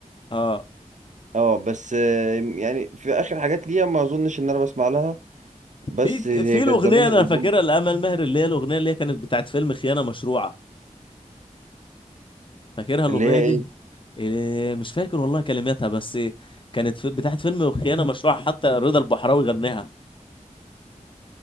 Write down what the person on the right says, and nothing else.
اه بس آه، يعني في اخر حاجات ليها ما اظنش ان انا بسمع لها بس
هي
كانت زمان
الالبوم
اللي هي
ايه